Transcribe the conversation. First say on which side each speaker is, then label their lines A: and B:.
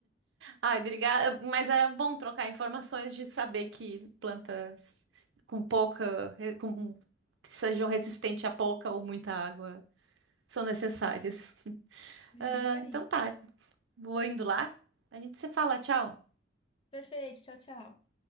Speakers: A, on the right; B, on the left.
A: Ai, obrigada. Mas é bom trocar informações de saber que plantas com pouca, re- com, que sejam resistentes a pouca ou muita água são necessárias.
B: é
A: Ah,
B: isso aí.
A: então tá, vou indo lá. A gente se fala, tchau.
B: Perfeito, tchau, tchau.